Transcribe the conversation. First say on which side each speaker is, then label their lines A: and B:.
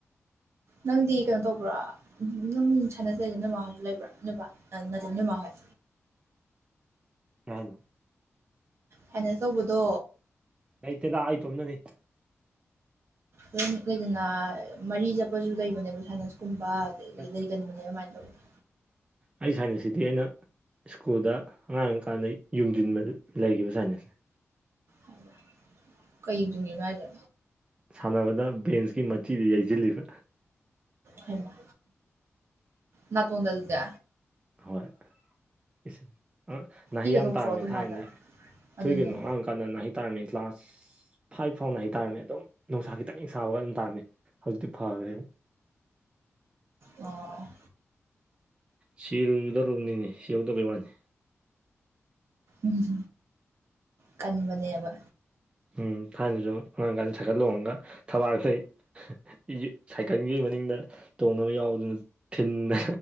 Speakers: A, on the right; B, on the right.
A: ꯅꯪꯗꯤ ꯀꯩꯅꯣ ꯇꯧꯕꯔ‌ꯣ ꯅꯪ ꯁꯥꯏꯅꯁ ꯂꯤꯗ‌ꯣ ꯅ‌ꯣꯏꯃꯥ ꯍ‌ꯣꯏꯁꯨ ꯂꯩꯕ꯭ꯔ‌ꯣ ꯅ‌ꯣꯏꯕꯥ ꯑꯥ ꯅꯠꯇ‌ꯦ ꯅ‌ꯣꯏꯃꯥꯍꯣꯏ
B: ꯀꯩ ꯍꯥꯏꯅ‌ꯣ
A: ꯁꯥꯏꯅꯁ ꯇꯧꯕꯗꯣ
B: ꯂꯩꯇꯦꯗ ꯑꯩ ꯏꯇꯣꯝꯇꯅꯤ
A: ꯑꯗꯨꯝ ꯂꯩꯗꯅ ꯃꯔꯤ ꯆꯠꯄꯁꯨ ꯂꯩꯕꯅꯦꯕ ꯁꯥꯏꯅꯁ ꯀꯨꯝꯕ ꯑꯗꯒꯤ
B: ꯅꯠꯇꯦ
A: ꯂꯩꯒꯟꯕꯅꯦꯕ ꯑꯗꯨꯃꯥꯏꯅ ꯇꯧꯕ
B: ꯑꯩ ꯁꯥꯏꯅꯁꯁꯤꯗꯤ ꯑꯩꯅ ꯁ꯭ꯀꯨꯜꯗ ꯑꯉꯥꯡ ꯑꯣꯏꯔꯤꯀꯥꯟꯗ ꯌꯨꯡꯁꯤꯟꯕꯗ ꯂꯩꯈꯤꯕ ꯁꯥꯏꯅꯁꯅꯦ
A: ꯍꯥꯏꯕ ꯀꯩ ꯌꯨꯡꯖꯤꯟꯈꯤꯕ‌ꯅ‌ꯣ ꯍꯥꯏꯖꯦ
B: ꯁꯥꯟꯅꯕꯗ ꯕꯦꯟꯁꯀꯤ ꯃꯆꯤꯗ ꯌꯩꯁꯤꯜꯂꯤꯕ
A: ꯍꯩꯃꯥ ꯅꯇ‌ꯣꯟꯗ ꯑꯗꯨꯗꯤ
B: ꯍꯣꯏ ꯏꯁ ꯑꯥ ꯅꯥꯍꯤ
A: ꯏꯒ
B: ꯌꯥꯝ
A: ꯊꯣꯛꯇ꯭ꯔꯣ
B: ꯇꯥꯔꯝꯃ‌ꯦ
A: ꯑꯗꯨꯝꯀꯥꯟꯗ
B: ꯊꯥꯏꯅꯗꯤ ꯊꯣꯛꯏ
A: ꯑꯗꯨꯅꯦ
B: ꯀꯩꯅꯣ ꯑꯉꯥꯡ ꯑꯣꯏꯀꯥꯟꯗ ꯅꯥꯍꯤ ꯇꯥꯔꯝꯃ‌ꯦ ꯀ꯭ꯂꯥꯁ ꯐꯥꯏꯚ ꯐꯥꯎ ꯅꯥꯍꯤ ꯇꯥꯥꯔꯝꯃꯦ ꯑꯗꯨꯝ ꯅꯨꯡꯁꯥ ꯈꯤꯇꯪ ꯍ‌ꯦꯛ ꯁꯥꯕꯒ ꯑꯗꯨꯝ ꯇꯥꯔꯝꯃꯦ ꯍꯧꯖꯤꯛꯇꯤ ꯐꯈ꯭ꯔꯦ
A: ꯑꯣ
B: ꯁꯤꯔꯝꯒꯗꯧꯔꯕꯅꯤꯅꯦ ꯁꯤꯍꯧꯗꯕꯩ ꯋꯥꯅꯤ
A: ꯎꯝ ꯀꯟꯕꯅꯦꯕ
B: ꯎꯝ ꯊꯥꯏꯅꯁꯨ ꯑꯉꯥꯡ ꯀꯥꯟꯗ ꯁꯥꯏꯀꯜ ꯂ‌ꯣꯡꯉꯒ ꯊꯕꯥꯛꯇꯩ ꯏ ꯁꯥꯏꯀꯜꯒꯤ ꯃꯅꯤꯡꯗ ꯇꯣꯡꯅꯕ ꯌꯥꯎꯕꯗꯨꯅ ꯊꯤꯟꯗ